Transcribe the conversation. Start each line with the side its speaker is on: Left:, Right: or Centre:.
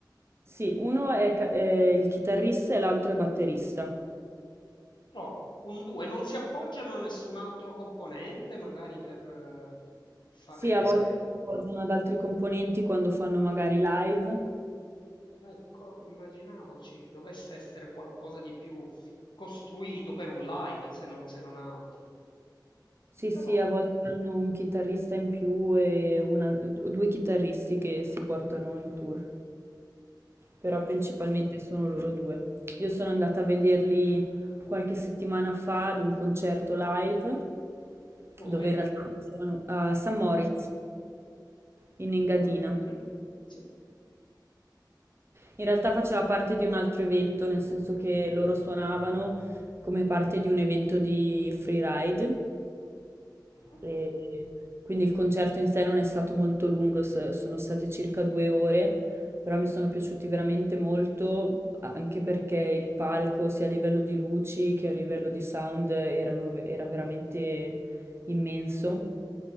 Right: Sì, uno è, ca- è il chitarrista e l'altro è batterista.
Left: No, Un due, non si appoggiano a nessun altro componente, magari per, eh, per fare...
Right: Sì, a volte si appoggiano ad altri componenti quando fanno magari live.
Left: Ecco, immaginavoci, dovesse essere qualcosa di più costruito per un live, se, no- se non altro.
Right: Sì,
Left: Però,
Right: sì, a volte hanno un chitarrista in più e una- o due chitarristi che si portano in tour, però principalmente
Left: no.
Right: sono loro due. Io sono andata a vederli qualche settimana fa ad un concerto live
Left: dove?
Right: dove in realtà sono a San Moritz in Engadina.
Left: Chiaro. Mm, sì.
Right: In realtà faceva parte di un altro evento, nel senso che loro suonavano come parte di un evento di freeride,
Left: Mhm.
Right: e quindi il concerto in sé non è stato molto lungo, s- sono state circa due ore, però mi sono piaciuti veramente molto, a- anche perché il palco, sia a livello di luci che a livello di sound, erano- era veramente immenso.